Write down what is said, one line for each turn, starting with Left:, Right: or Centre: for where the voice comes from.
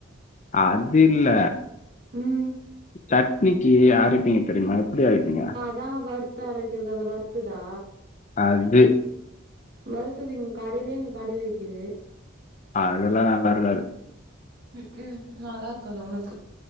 Left: அது இல்ல
Right: ம்
Left: சட்னிக்கு அரைப்பீங்க தெரிமா எப்டி அரைப்பிங்க
Right: அதா வறுத்து அரைக்றது அந்த வறுத்து தா
Left: அது
Right: வறுத்தது இங்க காடைலே இங்க கடைல விக்கிது
Left: அதுலா நல்லா இருக்காது
Right: ம் க்கும் நல்லாருக்காது உனக்கு